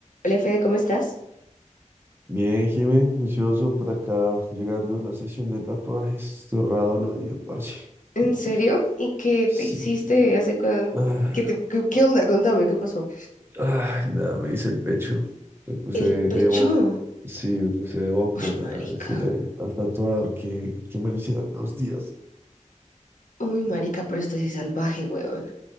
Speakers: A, on the left; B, on the right.
A: Hola Fede, ¿cómo estás?
B: Bien, Jimé, juicioso por acá, llegando a una sesión de tatuajes, cerrado lo dio, parce.
A: ¿En serio? ¿Y qué
B: Sí.
A: te hiciste hace cuan-
B: Ay,
A: ¿Qué, te- qué- qué onda? Contame, ¿qué pasó?
B: ay, nada, me hice el pecho, me puse
A: El pecho.
B: de boca, sí, me puse de boca,
A: Uy,
B: nada,
A: marica.
B: decirle al tatuador que, que me lo hicieran dos días.
A: Uy, marica, pero esto sí es salvaje, weón.